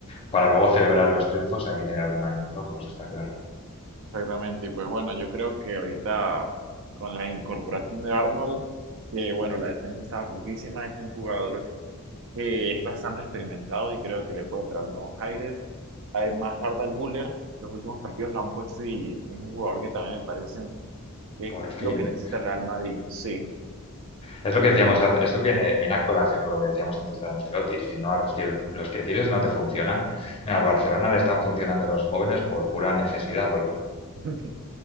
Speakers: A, on the left; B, on the right.
A: Para luego celebrar los triunfos hay que tener algún año flojo, eso está claro.
B: exactamente. Y pues bueno, yo creo que ahorita con la incorporación de Arnold, que bueno, la defensa estaba flojísima, es un jugador que es bastante experimentado y creo que le puede traer nuevos aires. Además, Arda Güler, los últimos partidos la han puesto y es un jugador que también me parece que
A: Por
B: es
A: fin.
B: lo que necesita el Real Madrid. Sí,
A: Es lo
B: sí,
A: que decíamos
B: sí,
A: antes, eso viene, viene a colación con lo que decíamos antes de Ancelotti. Si, no, si el- los que tires no te funcionan, mira, al Barcelona le están funcionando los jóvenes por pura necesidad, porque
B: <laughs>